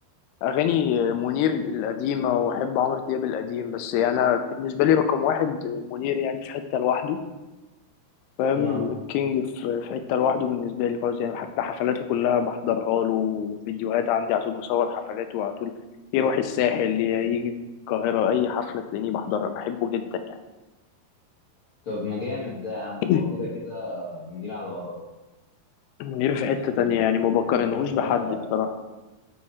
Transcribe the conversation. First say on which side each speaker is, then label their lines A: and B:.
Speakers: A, on the left; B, on the left.
A: أغاني منير القديمة وأحب عمرو دياب القديم بس يعني أنا بالنسبة لي رقم واحد منير يعني في حتة لوحده فاهم
B: اه
A: الكينج في في حتة لوحده بالنسبة لي خالص يعني حتى حفلاته كلها بحضرها له فيديوهات عندي على طول مصور حفلاته على طول يروح الساحل يجي القاهرة أي حفلة تلاقيني بحضرها بحبه جدا يعني
B: طب ما جامد ده يا عم
A: <clears throat>
B: هو كده كده منير على وضعه
A: منير في
B: يعني
A: حتة
B: من...
A: تانية يعني ما بقارنهوش
B: منير ده
A: بحد بصراحة